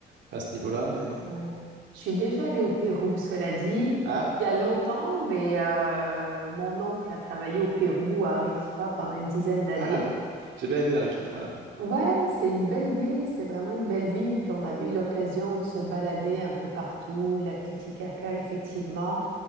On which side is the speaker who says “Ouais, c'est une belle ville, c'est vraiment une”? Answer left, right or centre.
Right